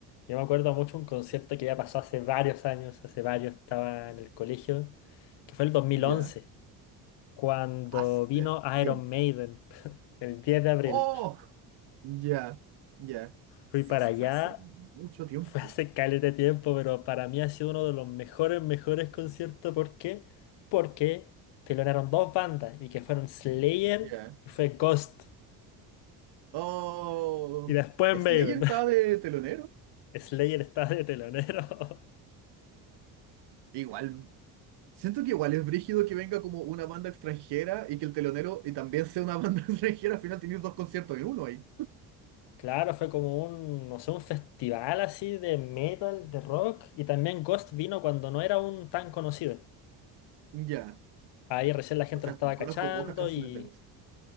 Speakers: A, on the left (about 75°); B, on the right (about 70°).
A: yo me acuerdo mucho un concierto que ya pasó hace varios años, hace varios estaba en el colegio, que fue el 2011,
B: ya,
A: cuando
B: hace
A: vino
B: tiempo.
A: Iron Maiden, <laughs> el 10 de abril.
B: ¡Oh! Ya, ya, Sí,
A: Fui para
B: eso
A: allá,
B: fue hace mucho tiempo.
A: fue hace caleta de tiempo, pero para mí ha sido uno de los mejores, mejores conciertos. ¿Por qué? Porque telonearon dos bandas y que fueron Slayer
B: ya.
A: y fue Ghost.
B: Oh,
A: Y después
B: Slayer
A: Maiden.
B: estaba de telonero.
A: <laughs> Slayer estaba de telonero. <laughs>
B: Igual, siento que igual es brígido que venga como una banda extranjera y que el telonero y también sea una banda <laughs> extranjera. Al final tienes dos conciertos en uno ahí.
A: Claro, fue como un, no sé, un festival así de metal, de rock, y también Ghost vino cuando no era un tan conocido.
B: Ya.
A: Ahí recién la gente
B: O sea,
A: lo estaba cachando
B: conozco pocas canciones
A: y...
B: de voz.